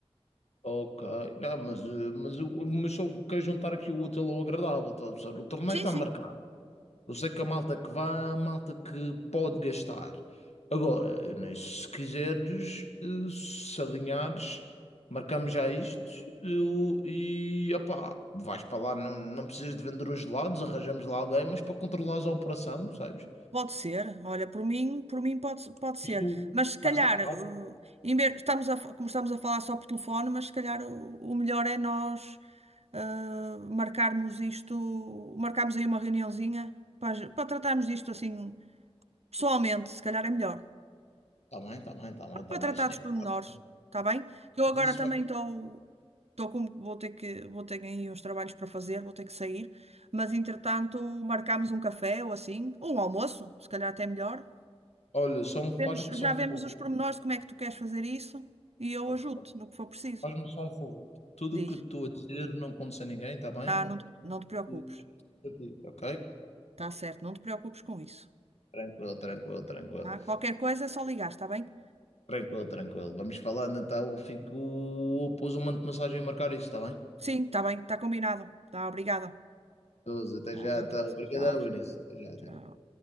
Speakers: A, on the left; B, on the right.
A: Ok, não, mas, eh, mas, eu- mas só quero juntar aqui o útil ao agradável, tá, a perceber? O torneio
B: Sim,
A: está
B: sim.
A: marcado. Eu sei que a malta que vai é a malta que pode gastar. Agora, né, se quiseres, eh, se alinhares, marcamos já isto eu- e opá, vais para lá, não, não precisas de vender os gelados, arranjamos lá alguém, mas para controlares a operação, sabes?
B: Pode ser, olha, por mim, por mim pode, se- pode ser.
A: Mas tu
B: Mas se calhar,
A: vais estar lá.
B: uh, em vez- estamos a, fa- como estamos a falar só por telefone, mas se calhar o, o melhor é nós uh, marcarmos isto, marcarmos aí uma reuniãozinha para, a gen- para tratarmos disto assim pessoalmente, se calhar é melhor.
A: Está bem, está bem, está bem, está
B: para
A: bem.
B: tratar
A: Sim,
B: dos pormenores,
A: claro, sim.
B: está bem? Eu agora
A: isso
B: também
A: vai.
B: estou, estou com, vou ter que, vou ter aí uns trabalhos para fazer, vou ter que sair, mas entretanto marcamos um café ou assim, ou um almoço, se calhar até melhor.
A: Olha, só me-
B: Vemos-
A: faz-me só
B: já
A: um
B: vemos
A: favor.
B: os pormenores de como é que tu queres fazer isso e eu
A: ok?
B: ajudo-te no que for preciso.
A: Faz-me só um favor. Tudo
B: Diz,
A: o que eu estou a dizer não acontece a ninguém, está bem?
B: ah, não, te- não te preocupes,
A: E- Ok?
B: está certo, não te preocupes com isso.
A: Tranquilo, tranquilo, tranquilo.
B: tá? Qualquer coisa é só ligar, está bem?
A: Tranquilo, tranquilo. Vamos falando então. Fico. Pôs um monte de mensagem a marcar isso, está bem?
B: Sim, está bem, está combinado. Tá, obrigada.
A: 12, até
B: Tá,
A: já,
B: até
A: então.
B: a próxima.
A: Obrigadão,
B: Tchau, tchau.
A: Benício. Até já, até
B: tchau.
A: já.